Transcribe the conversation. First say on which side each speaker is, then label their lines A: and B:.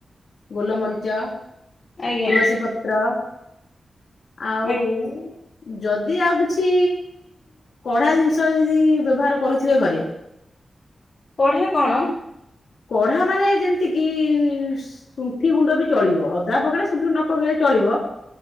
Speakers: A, on the left (about 75°); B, on the left (about 45°).
A: ଗୋଲମରିଚ,
B: ଆଜ୍ଞା
A: ତୁଳସୀ ପତ୍ର, ଆଉ
B: ଆ
A: ଯଦି ଆଉ କିଛି କଢ଼ା ଜିନିଷ ଯଦି ବ୍ୟବହାର କରୁଥିବେ ଘରେ
B: କଢା କଣ?
A: କଢା ମାନେ ଯେମିତି କିି ଶୁଣ୍ଠି ଗୁଣ୍ଡ ବି ଚଳିବ ଅଦା ପକେଇଲେ ଶୁଣ୍ଠି ନ ପକେଇଲେ ଚଳିବ